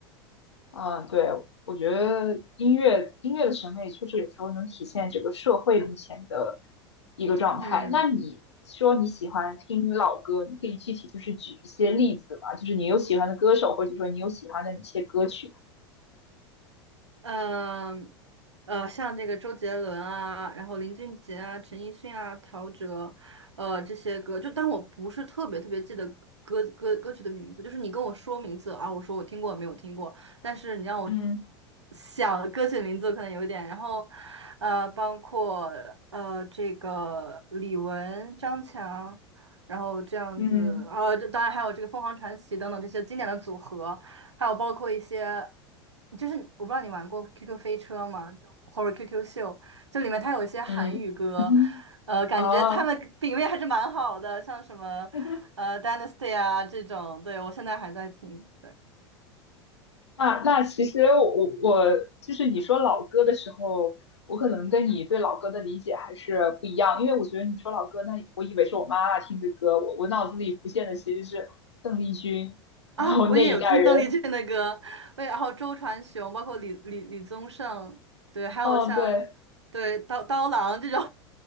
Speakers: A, on the left (about 75°); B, on the right (about 80°).
A: 嗯，对，我觉得音乐音乐的审美确实有时候能体现这个社会目前的一个状态。
B: 嗯。
A: 那你说你喜欢听老歌，你可以具体就是举一些例子嘛？就是你有喜欢的歌手，或者说你有喜欢的哪些歌曲？
B: 嗯，呃，像这个周杰伦啊，然后林俊杰啊、陈奕迅啊、陶喆，呃，这些歌，就当我不是特别特别记得歌歌歌曲的名字，就是你跟我说名字啊，我说我听过没有听过，但是你让我
A: 嗯
B: 想歌曲的名字，可能有一点。然后，呃，包括呃这个李玟、张强，然后这样子，
A: 嗯
B: 啊，这当然还有这个凤凰传奇等等这些经典的组合。还有包括一些，就是我不知道你玩过 QQ 飞车吗？就或者 QQ 秀，就里面它有一些韩语歌，
A: 嗯，<laughs> 嗯，
B: 呃，感觉他们品味还是蛮好的，
A: 哦，
B: 像什么呃
A: <laughs>
B: Dynasty 啊这种，对我现在还在听。对
A: 那那其实我我就是你说老歌的时候，我可能跟你对老歌的理解还是不一样，因为我觉得你说老歌，那我以为是我妈妈听的歌，我我脑子里浮现的其实是邓丽君，
B: 啊，
A: 然后那一代人。
B: 我也有听邓丽君的歌，我也然后周传雄，包括李李李宗盛，对，还有像对刀刀郎这种
A: 嗯，对